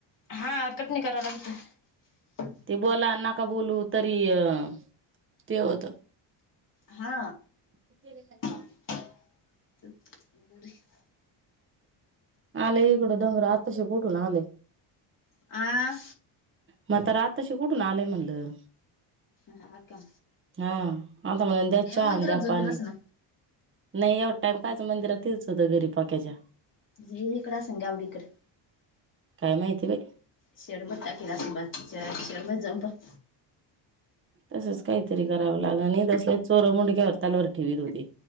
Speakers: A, on the left; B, on the right.
A: हा कट नही कराव लागत.
B: ते बोला नका बोलू तरी अ ते होत.
A: हा.
B: <inaudible>
A: <inaudible> <inaudible>
B: आले इकडं डोंगरा आताशी उठुन आलय.
A: आ.
B: म्हातारं आताशी कुठून आलय म्हणलं.
A: ह, अ का.
B: हा, आता म्हणत्यात च्या
A: मंदिरात
B: आण जा
A: जो
B: पाणी.
A: केलास ना
B: नाही एवढा टाइम का आज मंदिरात तोच होतं घरी पक्याच्या.
A: ही इकडं आसन गावडीकड!
B: काय माहिती बाई!
A: शेड मत टाकील अस शेड मधी जाऊन बस.
B: तसच काहीतरी करावं लाग आणि तस चोरं मुंडक्यावर तलवार ठेवीत होती.